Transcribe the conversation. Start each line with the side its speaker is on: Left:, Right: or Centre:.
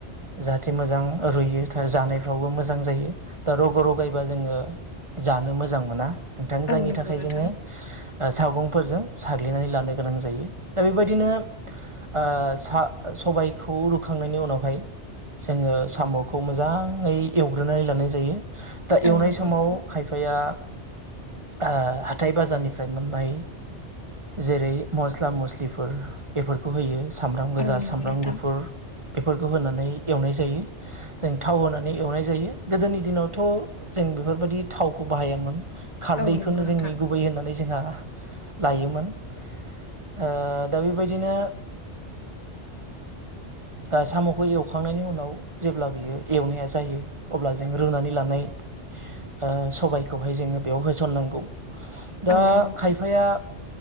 Right: जाहाथे मोजां रुइयो जानायफ्रावबो मोजां जायो। दा रग' रगायबा जोङो जानो मोजां मोना नोंथां
Left: औ
Right: जायनि
Left: नंगौ
Right: थाखाय
Left: नोंथां
Right: जोङो ओ सावगंफोरजों सा ग्लिनानै लानो गोनां जायो। दा बेबायदिनो ओ सा सबायखौ रुखांनायनि उनावहाय जोङो साम'खौ मोजाङै एवग्रोनानै लानाय जायो। दा
Left: औ
Right: एवनाय
Left: नंगौ
Right: समाव
Left: नोंथां
Right: खायफाया ओ हाथाय बाजारनिफ्राय मोननाय जेरै मस्ला मस्लिफोर बेफोरखौ होयो सामब्राम गोजा
Left: औ नंगौ
Right: सामब्राम
Left: नोंथां
Right: गुफुर बेफोरखौ होनानै एवनाय जायो। जों थाव होनानै एवनाय जायो। गोदोनि दिनावथ' जों बेफोरबायदि थावखौ बाहायामोन। खारदैखौनो
Left: औ नंगौ नोंथां
Right: जोंनि गुबै होननानै जोंहा लायोमोन। ओ दा बेबायदिनो दा साम'खौ एवखांनायनि उनाव जेब्ला बियो एवनाया जायो अब्ला जों रुनानै लानाय ओ सबायखौहाय जोङो बेयाव होसननांगौ। दा
Left: औ नंगौ नोंथां
Right: खायफाया